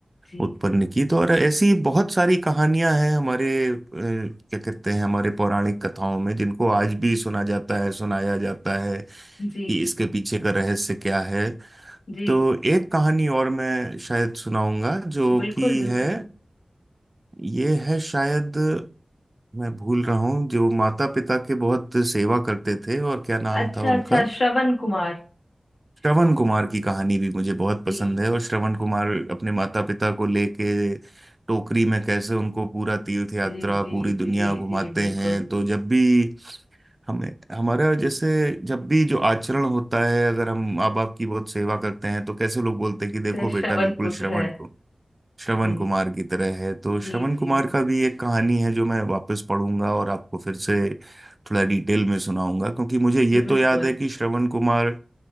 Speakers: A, on the left; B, on the right.
A: जी
B: उत्पन्न की तो और ऐसी बहुत सारी कहानियां हैं हमारे अ, क्या कहते हैं हमारे पौराणिक कथाओं में जिनको आज भी सुना जाता है सुनाया जाता है
A: जी
B: कि इसके पीछे का रहस्य क्या है
A: जी
B: तो एक कहानी और मैं शायद सुनाऊंगा जो
A: बिल्कुल
B: कि
A: बिल्कुल
B: है ये है शायद मैं भूल रहा हूँ जो माता पिता के बहुत सेवा करते थे और क्या नाम
A: अच्छा
B: था उनका
A: अच्छा श्रवण कुमार
B: श्रवण कुमार की कहानी भी मुझे बहुत
A: जी
B: पसंद है और श्रवण कुमार अपने माता पिता को लेके टोकरी में कैसे उनको पूरा तीर्थ यात्रा
A: जी जी
B: पूरी दुनिया
A: जी
B: घुमाते
A: जी बिल्कुल
B: हैं तो जब भी हमें हमारा जैसे जब भी जो आचरण होता है अगर हम माँ बाप की बहुत सेवा करते हैं तो कैसे लोग बोलते हैं कि देखो
A: ते
B: बेटा
A: श्रवण
B: बिल्कुल
A: पुत्र
B: श्रवण
A: है
B: श्रवण
A: जी
B: कुमार की तरह है तो
A: जी
B: श्रवण कुमार
A: जी
B: का भी एक कहानी है जो मैं वापस पढ़ूंगा और आपको फिर से थोड़ा डिटेल में सुनाऊंगा क्योंकि मुझे ये
A: जी बिल्कुल
B: तो याद है कि श्रवण कुमार